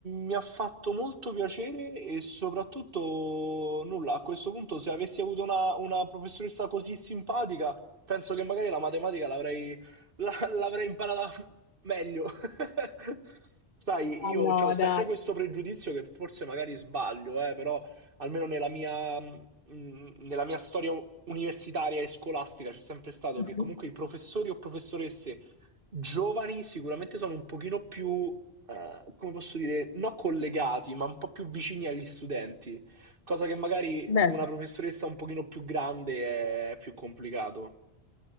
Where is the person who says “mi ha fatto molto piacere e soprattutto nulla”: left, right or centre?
Right